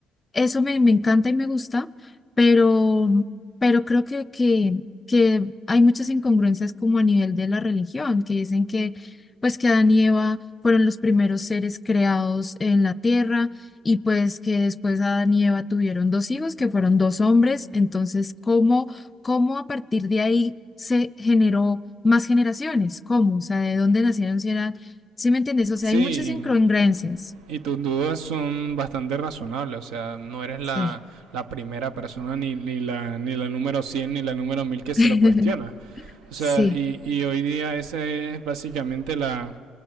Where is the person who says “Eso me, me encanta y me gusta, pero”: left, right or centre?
Left